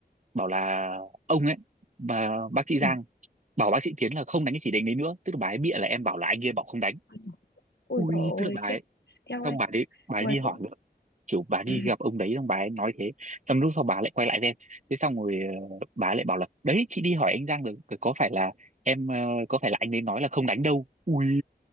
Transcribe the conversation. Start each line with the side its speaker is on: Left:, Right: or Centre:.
Right: bảo là ông ấy bà, bác sĩ
Left: ừ
Right: Giang bảo bác sĩ Tiến là không đánh cái chỉ định đấy nữa tức là bà ấy bịa là em bảo là anh kia bảo không đánh
Left: ôi dồi ôi
Right: ui
Left: dồi ôi,
Right: tức là bà
Left: khiếp
Right: ấy
Left: theo
Right: xong
Left: anh
Right: bà đấy bà
Left: đùa
Right: ấy đi hỏi
Left: chứ
Right: kiểu bà đi
Left: <clears throat>
Right: gặp ông đấy xong bà ấy nói thế xong lúc sau bà lại quay lại với em thế xong rồi ờ, bà ấy lại bảo là đấy chị đi hỏi anh Giang rồi có phải là em ờ, có phải là anh ấy nói là không đánh đâu ui